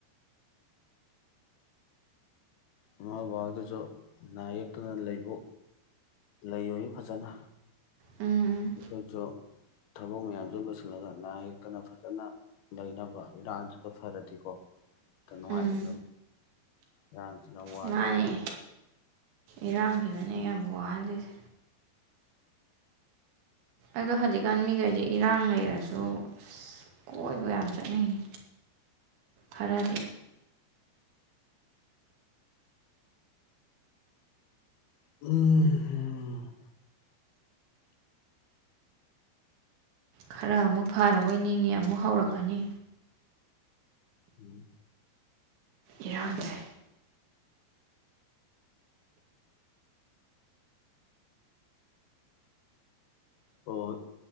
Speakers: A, on the left (about 65°); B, on the right (about 80°).
A: ꯏꯃꯥ ꯕꯥꯗꯨꯁꯨ ꯅꯥ ꯌꯦꯛꯇꯨꯅ ꯂꯩꯕꯨ ꯂꯩꯌꯣꯌꯦ ꯐꯖꯅ
B: ꯎꯝ
A: ꯑꯩꯈꯣꯏꯁꯨ ꯊꯕꯛ ꯃꯌꯥꯝꯁꯨ ꯂꯣꯏꯁꯤꯜꯂꯒ ꯅꯥ ꯌꯦꯛꯇꯅ ꯐꯖꯅ ꯂꯩꯅꯕ ꯏꯔꯥꯡꯁꯤꯗ ꯐꯔꯗꯤꯀꯣ ꯅꯨꯡꯉꯥꯏꯒꯗꯕ
B: ꯎꯝ ꯎꯝ
A: ꯏꯔꯥꯡꯁꯤꯅ ꯋꯥꯔꯦ
B: ꯃꯥꯅꯦ
A: ꯇꯧꯁꯤ
B: ꯏꯔꯥꯡꯁꯤꯅꯅꯦ ꯌꯥꯝ ꯋꯥꯍꯜꯂꯤꯁꯦ ꯑꯗꯣ ꯍꯧꯖꯤꯛꯀꯥꯟ ꯃꯤꯈꯩꯁꯦ ꯏꯔꯥꯡ ꯂꯩꯔꯁꯨ ꯑꯁ ꯀꯣꯏꯕ ꯌꯥꯝ ꯆꯠꯅꯤꯡꯉꯤ ꯈꯔꯗꯤ
A: ꯎꯎꯝ
B: ꯈꯔ ꯑꯃꯨꯛ ꯐꯔꯕꯣꯏ ꯅꯤꯡꯉ ꯑꯃꯨꯛ ꯍꯧꯔꯛꯀꯅꯤ
A: ꯎꯝ
B: ꯏꯔꯥꯡꯁꯦ
A: ꯍꯣꯏ ꯍꯣꯏ